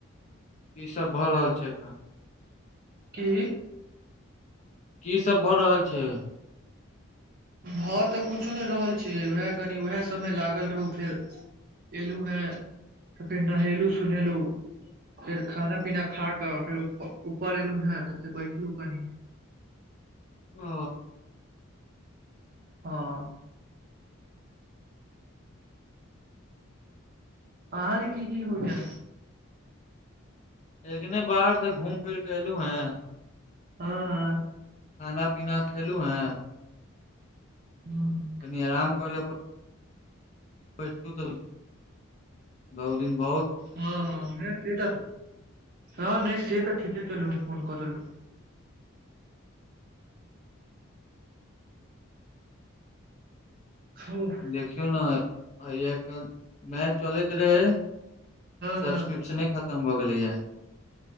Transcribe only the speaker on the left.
ई सब भऽ रहल छै एखन
की सब भए रहल छै
ओ
एखने बाहर से घूम फिर के एलू हें
खाना पीना खेलु हअ
तनि आराम कर बैस त बहु दिन प
देखियौ ने आ एखन मैच चलैत रहै
सब्सक्रिप्शने खतम भ गेलैए